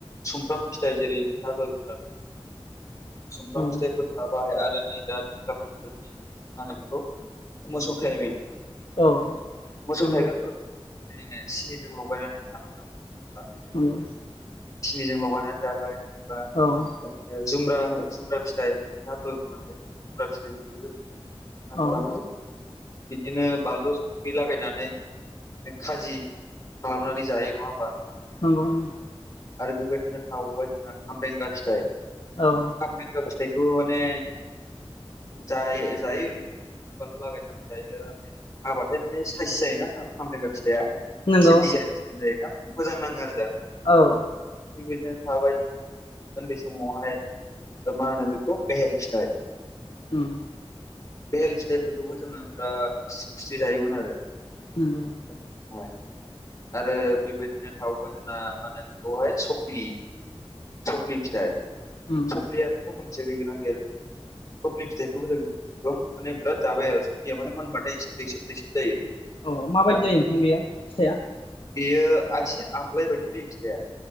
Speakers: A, on the left (about 35°); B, on the left (about 60°).
A: सुमफ्राम फिथाइ जेरै नोंथाङा दहाय बुंदोंमोन ना सुमफ्राम
B: औ
A: फिथाइखौ थाबाय आरो नै दा दैज्लां बोथोरनि मा होनो बेखौ मोसौ थायबें।
B: औ
A: मोसौ
B: नंगौ
A: थाइबेंफोर जेरैहाय सिनिजों लगायनानै जानो <unintelligible>
B: ओम।
A: सिनिजों लगायनानै जाबाय बा
B: औ
A: ओ जुमब्रा जुमब्रा फिथाइ नोंथाङा दहाय बुंलांबाय जुमब्रा फिथाइफोरखौबो मा
B: औ
A: खालामो, बिदिनो बानलु संख्रि लागायनानै बे खाजि खालामनानै जायो नङा होमबा?
B: नंगौ ओं।
A: आरो बेबायदिनो थाबावबाय जोंना खाम्रेंगा फिथाइ।
B: औ।
A: खामरेंगा फिथाइखौ माने जा-जायो। संख्रि बानलु लागायनानै जायो हाबाथाय माने साइस जायोना खामरेंगा फिथाइआ।
B: नंगौ
A: एसे डिजाइन सिन जायोना मोजां नाङो आरो जानो।
B: औ।
A: बिबायदिनो थाबाय उन्दै समावहाय ओ मा होनो बेखौ बेहेल फिथाइ
B: उम।
A: बेहेल फिथाइफोरखौबो जोङो ओ खुसि खुसि जायोमोन आरो।
B: उम।
A: उन्दै समावहाय। आरो बेबायदिनो थावोबा जोंना मा होने बेखौहाय सफि सफ्लि फिथाइ।
B: उम
A: सफ्लिया नथ' मोनथिया गैगोनां गैया जों सफ्लि फिथाइखौबो जों गोबां माने बिराद जाबाय आरो सफ्लिया माने मोनबाथाय एसे दैसोब दैसोब जायो।
B: औ माबायदि
A: ओ
B: जायो <unintelligible> फिथाया?
A: बेयो एसे आमलाय बायदि बे फिथाइआ।